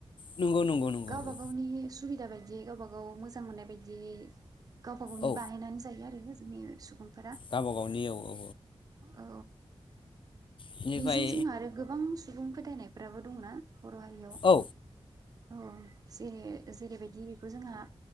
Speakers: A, on the left; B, on the right.
A: नंगौ नंगौ नंगौ
B: गावबा
A: औ।
B: गावनि सुबिदा बायदि गावबा गाव मोजां मोननाय बायदि गावबा गावनि
A: औ
B: बानायनानै जायो आरो जोंनि सुबुंफोरा।
A: गावबा गावनि औ औ
B: औ
A: बेनिफ्राय
B: बेजों जोंहा आरो गोबां सुबुं फोथायनाय फोराबो दं ना? बर' हारियाव।
A: औ
B: औ जेरै जेरैबायदि बेखौ जोंहा